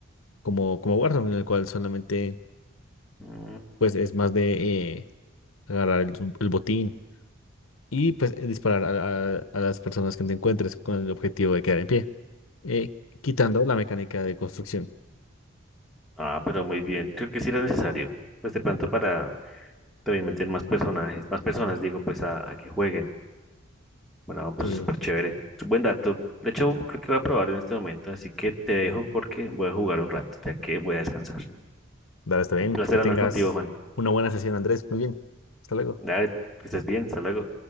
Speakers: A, on the left; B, in the centre.
A: como, como Warzone, en el cual solamente
B: Mm.
A: pues es más de eh, agarrar el, su- el botín y pues eh, disparar a, a- a las personas que te encuentres con el objetivo de quedar en pie, eh, quitando la mecánica de construcción.
B: Ah, pero muy bien. Creo que sí era necesario. Pues de pronto para también meter más personajes, más personas, digo, pues a, a que jueguen. Bueno, pues
A: Sí,
B: es súper chévere. Es un Buen dato. De hecho, creo que voy a probarlo en este momento, así que te dejo porque voy a jugar un rato, ya que voy a descansar.
A: Dale, está bien.
B: Un placer
A: Que
B: hablar
A: tengas
B: contigo, Juan.
A: una buena sesión, Andrés. Muy bien. Hasta luego.
B: Dale, que estés bien. Hasta luego.